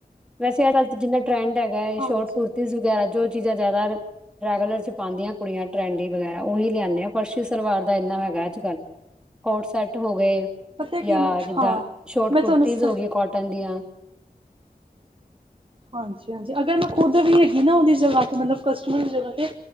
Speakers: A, in the centre; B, on the right (about 35°).
A: ਵੈਸੇ ਅੱਜ ਕੱਲ ਜਿੰਨਾ ਟਰੈਂਡ ਹੈਗਾ
B: ਹਾਂਜੀ
A: ਸ਼ੋਰਟ ਕੁੁਰਤੀ ਵਗੈਰਾ ਜੋ ਚੀਜ਼ਾਂ ਜ਼ਿਆਦਾ ਰੇਗੂਲਰ ਚ ਪਾਉਂਦੀਆਂ ਕੁੜੀਆਂ ਟਰੈਂਡ ਵਗੈਰਾ ਉਹੀ ਲਿਆਂਦੇ ਫਰਸ਼ੀ ਸਲਵਾਰ ਦਾ ਇੰਨਾ ਹੈਗਾ ਅੱਜ ਕੱਲ੍ਹ ਕੋਟ ਸੈਟ ਹੋ ਗਏ
B: ਪਤਾ
A: ਜਾਂ
B: ਕੀ
A: ਜਿੱਦਾਂ
B: ਹਾਂ
A: ਸ਼ੋਟ
B: ਮੈਂ
A: ਕੁਰਤਾ
B: ਤੁਹਾਨੂੰ
A: ਜ਼
B: ਸ
A: ਹੋ ਗਈ ਕੋਟਨ ਦੀਆਂ
B: ਹਾਂਜੀ-ਹਾਂਜੀ ਅਗਰ ਮੈਂ ਖੁਦ ਵੀ ਹੈਗੀ ਨਾ ਉਹਦੀ ਜਗ੍ਹਾ ਤੇ ਮਤਲਬ ਕਸਟਮਰ ਦੀ ਜਗਾ੍ ਤੇ